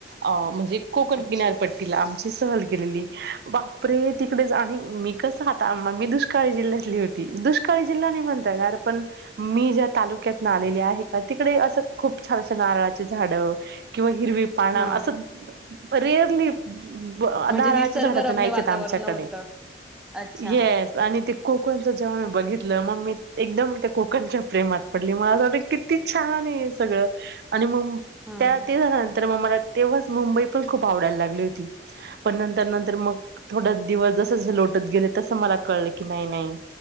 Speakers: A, on the right; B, in the centre.
A: अ म्हणजे कोकण
B: अच्छा.
A: किनार पट्टीला आमच्य सहल केलेली बापरे! तिकडेच आणि मी कस आता मी दुष्काळी जिल्ह्यात कली होती. दुष्काळी जिल्हा नाही म्हणता येणार पण मी ज्या तालुक्यातन आलेले आहे का तिकडे असं खूप छानशे नारळाचे झाडं किंवा हिरवी पाण
B: हां.
A: असं रेअरली <unintelligible>
B: म्हणजे
A: नारळाच्या
B: निसर्गरम्य
A: झाड तर नाहीयच
B: वातावरण
A: आमच्याकडे
B: होतं. अच्छा.
A: येस आणि ते कोकणचं जेव्हा मी बघितलं मग मी एकदम त्या कोकणच्या प्रेमात पडली <unintelligible> किती छान सगळ आणि मग
B: हं.
A: त्या-ते झार मग मला तेव्हाच मुंबई पण खूप आवडायला लागली होती पण नंतर नंतर मग थोड दिवस जस जस लोटत गेले तस मला कळलं की नाही नाही